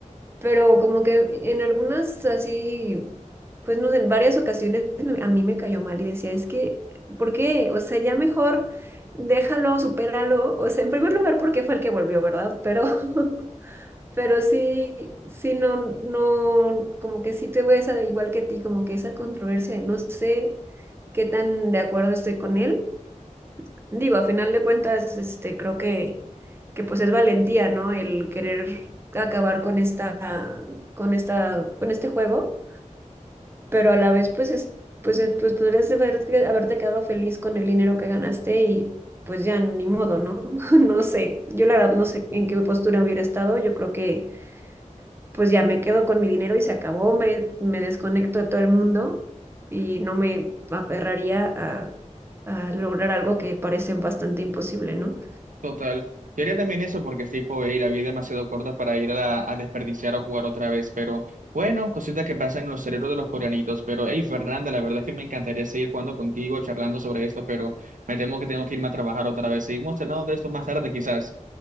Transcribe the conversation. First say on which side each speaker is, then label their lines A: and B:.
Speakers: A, on the right; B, on the right.
A: pero como que en algunas así, pues no sé, en varias ocasiones me- a mí me cayó mal y decía, es que, ¿por qué? O sea, ya mejor déjalo, supéralo. O sea, en primer lugar, porque fue el que volvió, ¿verdad? Pero, <laughs> pero sí, sí, no, no, como que sí te ves igual que ti, como que esa controversia de no sé qué tan de acuerdo estoy con él. Digo, a final de cuentas, este, creo que, que pues es valentía, ¿no? El querer acabar con esta, con esta, con este juego, pero a la vez, pues es, pues es- pues podrías haber- haberte quedado feliz con el dinero que ganaste y pues ya ni modo, ¿no? <laughs> No sé. Yo la verdad no sé en qué postura hubiera estado. Yo creo que pues ya me quedo con mi dinero y se acabó, me, me desconecto de todo el mundo y no me aferraría a a lograr algo que parece bastante imposible, ¿no?
B: Total. Yo haría también eso porque es tipo, "Ey, la vida es demasiado corta para ir a, la- a desperdiciar o jugar otra vez. Pero bueno, cositas que pasan en los cerebros de los coreanitos. Pero hey, Fernanda, la verdad es que me encantaría seguir jugando contigo, charlando sobre esto, pero me temo que tengo que irme a trabajar otra vez. Seguimos hablando de esto más tarde, quizás.